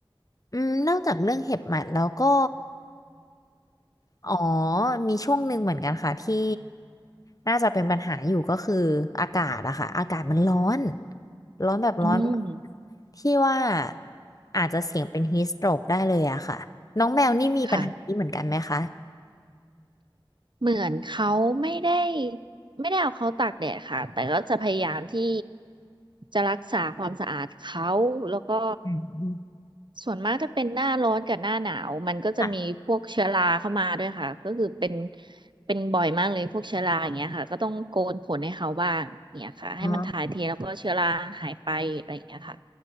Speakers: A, on the left; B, on the right.
A: อืมนอกจากเรื่องเห็บหมัดแล้วก็อ๋อมีช่วงหนึ่งเหมือนกันค่ะที่น่าจะเป็นปัญหาอยู่ก็คืออากาศอะค่ะอากาศมันร้อนร้อนแบบร้อนมาก
B: อืม
A: ที่ว่าอาจจะเสี่ยงเป็นฮีสโตรกได้เลยอะค่ะน้องแมวนี่มีปัญหานี้เหมือนกันไหมคะ
B: ค่ะ เหมือนเขาไม่ได้ไม่ได้เอาเขาตากแดดค่ะแต่ก็จะพยายามที่จะรักษาความสะอาดเขาแล้วก็
A: อืม
B: ส่วนมากถ้าเป็นหน้าร้อนกับหน้าหนาวมันก็จะมีพวกเชื้อราเข้ามาด้วยค่ะก็คือเป็น
A: ค่ะ
B: เป็นบ่อยมากเลยพวกเชื้อราอย่างเงี้ยค่ะก็ต้องโกนขนให้เขาบ้างเนี่ยค่ะให้มันถ่ายเทแล้วก็เชื้อราหายไปอะไรอย่างเงี้ยค่ะ
A: อ๋อ